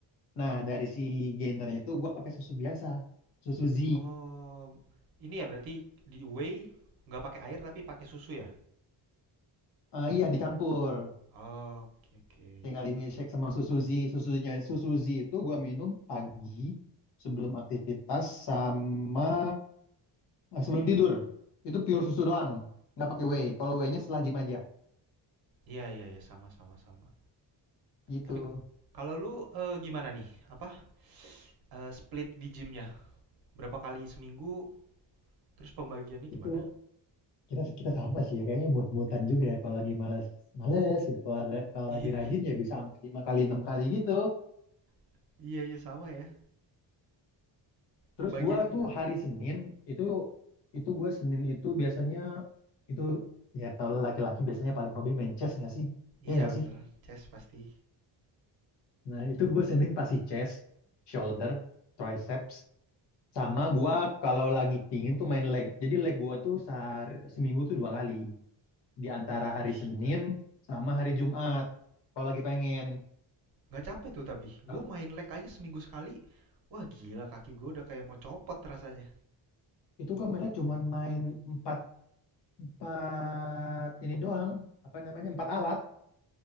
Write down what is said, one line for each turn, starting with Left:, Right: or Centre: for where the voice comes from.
Left: Nah, dari si gainernya itu gua pakai susu biasa, susu Z.
Right: Oh, ini ya berarti di whey nggak pakai air tapi pakai susu ya?
Left: Eh, iya, dicampur.
Right: Oke oke.
Left: Tinggal di milkshake sama susu Z. Susunya susu Z itu gua minum pagi sebelum aktivitas sama Nah, sebelum tidur itu pure susu doang, nggak pakai whey. Kalau whey-nya setelah gym aja
Right: Iya iya iya sama sama sama.
Left: gitu.
Right: Tapi kalau lu eh, gimana nih? Apa eh, split di gymnya? Berapa kali seminggu? Terus pembagiannya
Left: Itu
Right: gimana?
Left: kita kita sama sih ya kayaknya mood-moodan juga ya kalau lagi malas males gitu kalau ada- kalau
Right: Iya
Left: lagi rajin ya bisa sampai lima kali enam kali gitu.
Right: <laughs> iya iya sama ya.
Left: Terus
Right: Pembagiannya
Left: gua
Right: gimana
Left: tuh
Right: tuh?
Left: hari Senin itu itu gua Senin itu biasanya itu ya tau lah laki-laki biasanya paling hobi main chest nggak sih? Ya
Right: Iya
Left: nggak
Right: bener,
Left: sih?
Right: chest pasti.
Left: Nah itu gua Senin pasti chest, shoulder, triceps. Sama gua kalau lagi pingin tuh main leg. Jadi leg gua tuh sehari, seminggu tuh dua kali. Di antara hari
Right: Wih,
Left: Senin
Right: nggak
Left: sama hari Jumat. Kalau lagi pengen.
Right: nggak capek tuh tapi.
Left: Ter-
Right: Gue main leg aja seminggu sekali. Wah gila kaki gue udah kayak mau copot rasanya.
Left: Itu gua main leg cuman main empat, empat ini doang. Apa namanya? Empat alat.